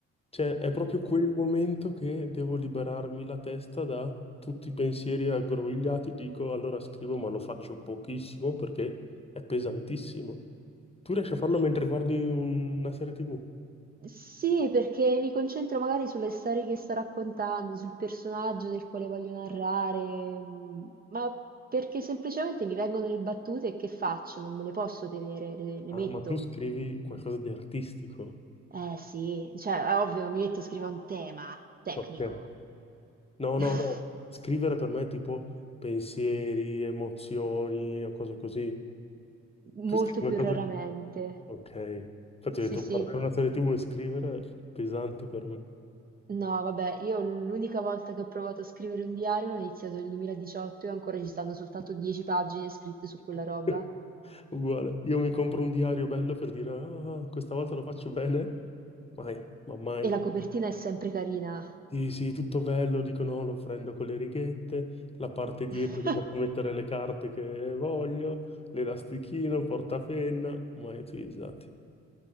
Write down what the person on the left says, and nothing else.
Cioè, è proprio quel momento che devo liberarmi la testa da tutti i pensieri aggrovigliati. Dico, allora scrivo, ma lo faccio pochissimo perché è pesantissimo. Tu riesci a farlo mentre guardi una serie TV?
Ah,
ma tu scrivi qualcosa di artistico.
Ok. No,
no, no, scrivere per me è tipo pensieri, emozioni o cose così.
Tu scrivi
qualcosa
di... Ok, infatti
ho detto
guardare una serie TV e scrivere è pesante per me.
<laughs>
Uguale, io mi compro un diario bello per dire ah, questa volta lo faccio bene, mai, ma mai.
Sì, sì, tutto bello, dico no, lo prendo con le righette, la parte dietro
che posso mettere le carte che voglio, l'elastichino, il portapenna, mai utilizzati.